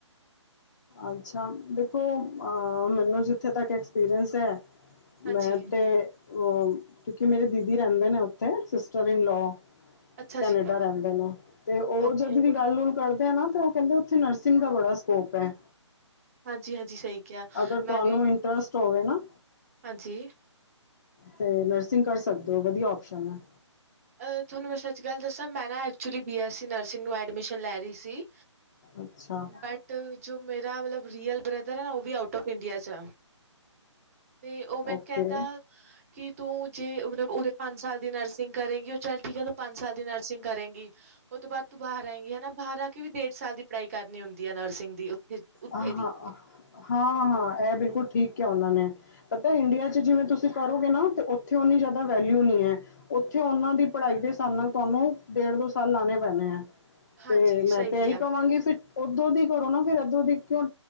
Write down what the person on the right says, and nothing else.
ਹਾਂਜੀ।
ਅੱਛਾ
ਜੀ,
ਓਕੇ
ਹਾਂਜੀ-ਹਾਂਜੀ, ਸਹੀ ਕਿਹਾ
ਮੈਂ
ਵੀ
ਹਾਂਜੀ
ਅ-ਅ ਤੁਹਾਨੂੰ ਸੱਚੀ ਗੱਲ ਦੱਸਾ, ਮੈਂ actually B S E nursing ਵਿੱਚ ਐਡਮਿਸ਼ਨ ਲੈ ਰਹੀ ਸੀ।
ਬਟ ਜੋ ਮੇਰਾ ਵਾਲਾ ਰੀਅਲ ਬ੍ਰਦਰ ਹੈ ਨਾ ਉਹ ਦੇ ਆਉਟ ਔਫ ਇੰਡੀਆ ਚ ਆ ਤੇ ਉਹ ਮੈਨੂੰ
ਕਹਿੰਦਾ ਕਿ ਤੂੰ ਜੇ ਉਹ ਉਰੇ ਪੰਜ ਸਾਲ ਦੀ ਨਰਸਿੰਗ ਕਰੇਗੀ ਉਹ ਚੱਲ ਠੀਕ ਹੈ, ਤੂੰ ਪੰਜ ਸਾਲ ਦੀ ਨਰਸਿੰਗ ਕਰੇਗੀ ਉਹਦੇ ਬਾਦ ਤੂੰ ਬਾਹਰ ਆਏਗੀ ਹੈਨਾ ਬਾਹਰ ਆ ਕੇ ਵੀ ਦੇਖ ਪੰਜ ਸਾਲ ਦੀ ਪੜ੍ਹਾਈ ਕਰਨੀ ਹੁੰਦੀ ਹੈ ਨਰਸਿੰਗ ਦੀ। ਉੱਥੇ ਉੱਥੇ
ਦੀ
ਹਾਂਜੀ-ਹਾਂਜੀ
ਸਹੀ
ਕਿਹਾ